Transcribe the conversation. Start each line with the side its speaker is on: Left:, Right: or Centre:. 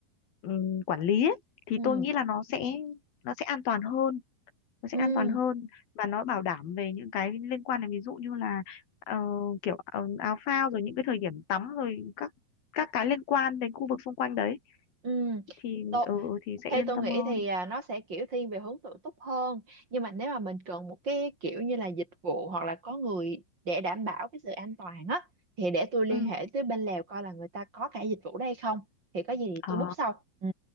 Left: ừm, quản lý ấy, thì
Right: Ừ.
Left: tôi nghĩ là nó sẽ nó sẽ an toàn hơn nó sẽ
Right: ừ
Left: an toàn hơn và nó bảo đảm về những cái liên quan đến ví dụ như là ờ, kiểu ờ, áo phao rồi những cái thời điểm tắm rồi các các cái liên quan đến khu vực xung quanh đấy
Right: ừ
Left: thì
Right: tôi
Left: ừ, ừ, thì sẽ
Right: theo
Left: yên
Right: tôi
Left: tâm
Right: nghĩ
Left: hơn
Right: thì à, nó sẽ kiểu thiên về hướng tự túc hơn nhưng mà nếu mà mình cần một cái kiểu như là dịch vụ hoặc là có người để đảm bảo cái sự an toàn á thì để tôi liên
Left: ừ.
Right: hệ tới bên Lào coi là người ta có cả dịch vụ đây không thì có gì thì
Left: Ờ,
Right: tôi book sau ừ